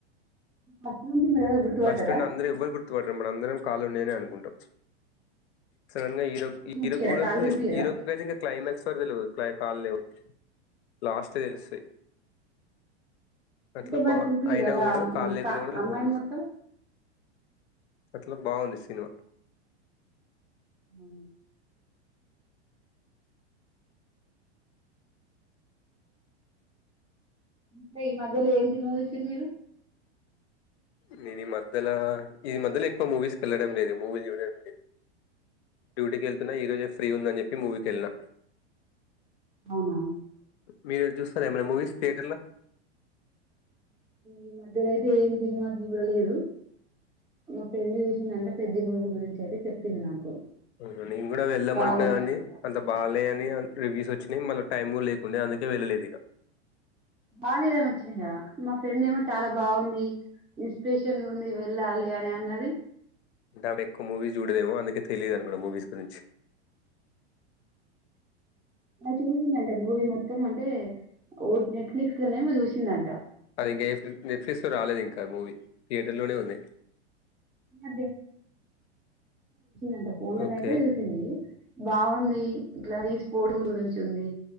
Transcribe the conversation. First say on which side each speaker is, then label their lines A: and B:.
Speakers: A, on the right; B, on the left.
A: ఫస్ట్ నుంచి మీరు ఎవరు గుర్తుపట్టారా
B: ఫస్ట్ నుండి అందరు ఎవ్వరు గుర్తుపడారు మన అందరం కాలు ఉన్నాయని అనుకుం కుంటాం సడన్ గా హీరో
A: చూపియరా
B: హీరో కూడా
A: కాళ్ళు చూపియరా
B: హీరో అయితే ఇంకా క్లైమాక్స్ వర తెలియదు కాల్ లేవు అన్ని లాస్ట్ తెలుస్తా అట్లా
A: అంటే మరి
B: బా
A: చూపియరా
B: అయినా
A: వా
B: కూడా కాళలేకున
A: కా
B: కూడా
A: అమ్మాయిని
B: లివ్
A: మొత్తం
B: అట్లా బావుంది సినిమా
A: ఉ ఇకా ఈ మధ్యలో ఏం సినిమాలు చూసిర్రు మీరు
B: నేను ఈ మధ్యలో ఈ మధ్యలో ఎక్కువ మూవీస్కి వెళ్లడం లేదు మూవీలు చూడడం లేదు డ్యూటీకి వెళ్తున్నా ఈ రోజే ఫ్రీ ఉందని చెప్పి మూవీకిళ్ళిన
A: అవునా
B: మీరు చూస్తార ఏమైనా మూవీస్ థియేటర్ల
A: ఈ మధ్యలోతే ఏం సినిమాలు చూడలేదు మా ఫ్రెండ్ చూసింది అంటే పెద్ద మూవీ గురించి అయితే చెప్పింది నాకు
B: అవును నేను కూడా వెళ్ళాం
A: బాగుందంట
B: అనుకున్నా కాని అంత బాగాలే అని రివ్యూస్ వచ్చినాయి మళ టైం లేకుండా అందుకే వెళ్ళలేదు ఇక
A: బాలేదని వచ్చినాయా మా ఫ్రెండ్ ఏమో చాలా బాగుంది ఇన్స్పిరేషన్ ఉంది వెళ్ళాలి అనే అన్నది
B: అంటే ఆవిడ ఎక్కువ మూవీస్ చూడదేమో అందుకే తెలియదు అనుకో మూవీస్ గురించి
A: అది చూసిందింట మూవీ మొత్తం అంటే ఓటి నెట్ఫ్లిక్స్ లోనేమో చూసిందంట
B: అది ఇంకా ఏ నెట్ఫ్లిక్స్ రాలేదు ఇంకా మూవీ థియేటర్ లోనే ఉంది
A: <unintelligible> అంటే ఫోన్ లోనైతే
B: ఓకే
A: చూసింది బాగుంది ఇట్లా రీస్పోర్ట్ గురించి ఉంది